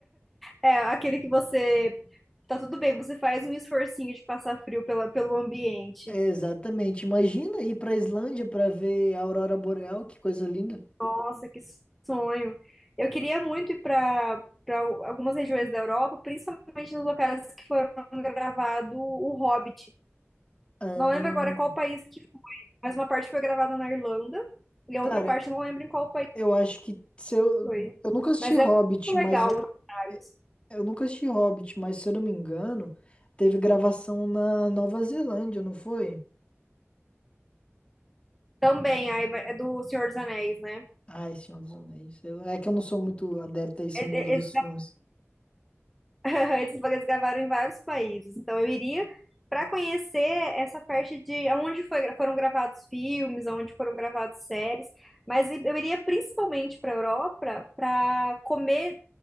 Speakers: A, in the centre; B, on the left.
A: É aquele que você tá tudo bem, você faz um esforcinho de passar frio pela, pelo ambiente.
B: É, exatamente. Imagina ir pra Islândia pra ver a aurora boreal, que coisa linda.
A: Nossa, que sonho. Eu queria muito ir para para algumas regiões da Europa, principalmente nos locais que foram gravado O Hobbit.
B: Ahn,
A: Não lembro agora qual país que foi, mas uma parte foi gravada na Irlanda e a
B: cara,
A: outra parte eu não lembro em qual país
B: eu acho que se eu,
A: foi.
B: eu nunca assisti
A: Mas
B: Hobbit,
A: é muito
B: mas
A: legal
B: eu,
A: os cenários.
B: eu nunca assisti Hobbit, mas se eu não me engano, teve gravação na Nova Zelândia, não foi?
A: Também, aí, é do Senhor dos Anéis, né?
B: Ai, Senhor dos Anéis. Eu- é que eu não sou muito adepto a esse
A: É, é-
B: mundo dos
A: é-
B: filmes.
A: <laughs> Esses eles gravaram em vários países, então eu iria para conhecer essa parte de onde foi, foram gravados filmes, onde foram gravados séries, mas eu iria principalmente para Europa para comer